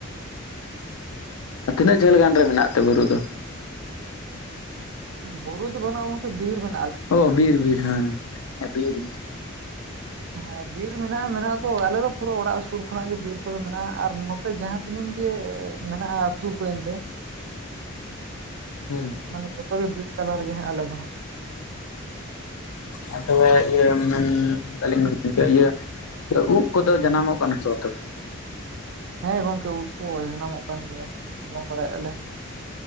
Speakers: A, on the left; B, on the right.
A: ᱟᱨ ᱛᱤᱱᱟᱹᱜ ᱡᱷᱟᱹᱞ ᱜᱟᱱ ᱨᱮ ᱢᱮᱱᱟᱜ ᱛᱮ ᱵᱩᱨᱩ ᱫᱚ?
B: ᱵᱩᱨᱩ ᱫᱚ ᱵᱟᱹᱱᱟᱜ-ᱟ ᱜᱚᱢᱠᱮ ᱵᱤᱨ ᱢᱮ
A: ᱚ ᱵᱤᱨ ᱵᱤᱨ ᱦᱮᱸ ᱵᱤᱨ
B: ᱦᱮᱸ ᱵᱤᱨ ᱢᱮᱱᱟᱜ-ᱟ ᱢᱮᱱᱟᱜ ᱫᱚ ᱟᱞᱮ ᱫᱚ ᱯᱩᱨᱟᱹ ᱚᱲᱟᱜ ᱥᱩᱨ ᱠᱷᱚᱱᱟᱜ ᱜᱮ ᱵᱤᱨ ᱠᱚᱫᱚ ᱢᱮᱱᱟᱜ-ᱟ ᱟᱨ ᱱᱚᱛ ᱮ ᱡᱟᱦᱟᱸ ᱛᱤᱱᱟᱹᱜ ᱜᱮ ᱢᱮᱱᱟᱜ-ᱟ ᱟᱹᱛᱩ ᱠᱚ ᱮᱱᱛᱮ
A: <inaudible> ᱦᱮᱸ ᱾
B: ᱢᱟᱱᱮ ᱡᱚᱛᱚ ᱜᱮ ᱵᱤᱨ ᱛᱟᱞᱟ ᱨᱮᱜᱮ ᱟᱞᱮ ᱫᱚ ᱦᱟᱸᱜ᱾
A: ᱟᱨ ᱛᱚᱵᱮ ᱤᱭᱟᱹ ᱢᱮᱱ ᱮᱫᱟᱞᱤᱧ ᱜᱚᱢᱠᱮ ᱤᱭᱟᱹ ᱩᱫ ᱠᱚᱫᱚ ᱡᱟᱱᱟᱢᱚᱜ ᱠᱟᱱᱟ ᱥᱮ ᱛᱚᱵᱮ?
B: ᱦᱮᱸ ᱜᱚᱝᱠᱮ ᱩᱵ ᱠᱚ ᱡᱟᱱᱟᱢᱚᱜ ᱠᱟᱱ ᱜᱮᱭᱟ ᱡᱚᱢ ᱵᱟᱲᱟᱭᱮᱫ ᱟᱞᱮ᱾